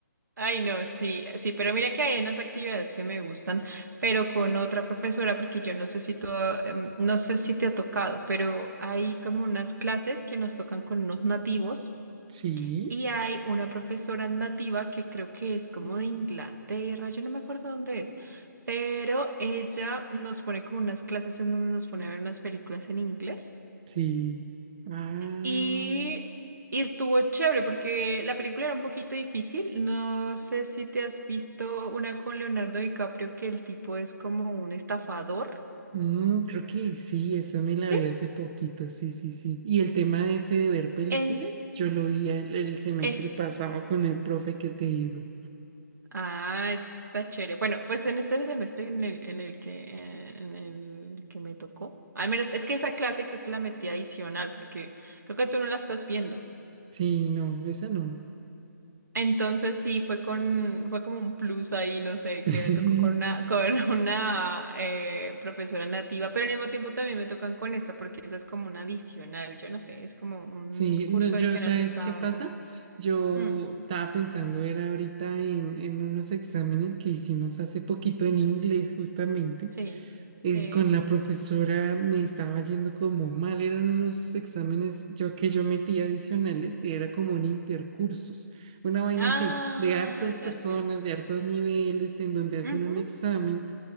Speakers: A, on the right; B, on the right.
A: Ay, no, sí, sí, pero mira que hay unas actividades que me gustan, pero con otra profesora, porque yo no sé si tú, em, no sé si te ha tocado, pero hay como unas clases que nos tocan con unos nativos
B: Sí,
A: y hay una profesora nativa que creo que es como de Inglaterra, yo no me acuerdo dónde es, pero ella nos pone como unas clases en donde nos pone a ver unas películas en inglés.
B: sí. Ah.
A: Y, y estuvo chévere porque la película era un poquito difícil. No sé si te has visto una con Leonardo DiCaprio que el tipo es como un estafador.
B: Mm, creo que sí, esa me la
A: ¿Sí?
B: vi hace poquito, sí, sí, sí. Y el tema ese de ver películas,
A: En
B: yo lo vi el, el semestre
A: es.
B: pasado con el profe que te digo.
A: Ah, está chévere. Bueno, pues en este semestre en el, en el que, eh, en el que me tocó. Al menos es que esa clase creo que la metí adicional porque creo que tú no la estás viendo.
B: Sí, no, esa no.
A: Entonces sí, fue con, fue como un plus ahí, no sé,
B: <laughs>
A: que me tocó con una, con <laughs> una eh, profesora nativa, pero al mismo tiempo también me tocan con esta, porque esa es como una adicional, yo no sé, es como un
B: Sí,
A: curso
B: no, yo,
A: adicional
B: ¿sabes
A: que está
B: qué
A: dando.
B: pasa? Yo
A: Mm,
B: estaba pensando, era ahorita en, en unos exámenes que hicimos hace poquito en inglés, justamente.
A: sí,
B: es-
A: sí.
B: con la profesora me estaba yendo como mal, eran unos exámenes yo que yo metía adicionales y era como un intercursos, una vaina
A: Ah,
B: así, de hartas personas,
A: ya entiendo.
B: de hartos niveles, en donde hacen
A: Ujú.
B: un examen